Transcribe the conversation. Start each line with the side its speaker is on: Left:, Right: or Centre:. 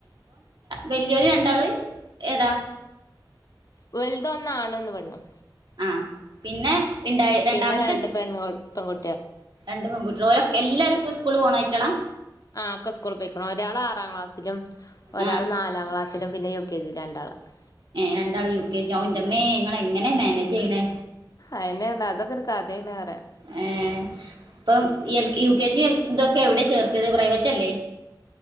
Right: വലിയൊരു രണ്ടാള് ഏതാ
Left: വലുതൊന്ന ആണും ഒരു പെണ്ണും
Right: ആഹ് പിന്നെ ഇണ്ടായി രണ്ടാമത്തെ
Left: പിന്നെ രണ്ട് പെണ്ണുകൾ പെൺകുട്ടികൾ
Right: രണ്ട് പെകുട്ടികൾഓലെ ക്കെ എല്ലാരുംസ്കൂള് പോണായിറ്റാളാ
Left: ആ ഒക്കെ സ്കൂളിൽ പോയി കുണു ഒരാൾ ആറാം ക്ലാസ്സിലും ഒരാൾ
Right: ആഹ്
Left: നാലാം ക്ലാസ്സിലും പിന്നെ യു കെ ജി ല് രണ്ടാൾ പ്പ
Right: രണ്ടാളും യുകെജിയാ ഹൗ ന്റമ്മേ ങ്ങൾ എങ്ങനെ മാനേജ് ചെയ്യണേ
Left: അയെന്നേണ് അതൊക്കെ ഒരു കഥേണ് പറയാ
Right: ഏ അപ്പം എൽയുകെജി എൽ ഇതോ എവിടെ ചേർക്കല് പ്രൈവറ്റ് അല്ലേ